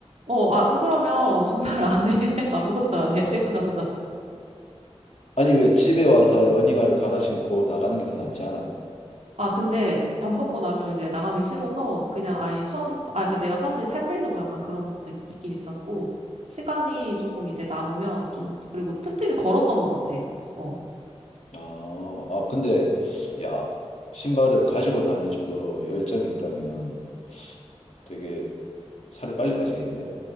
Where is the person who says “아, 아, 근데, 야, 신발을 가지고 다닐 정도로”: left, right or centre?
Left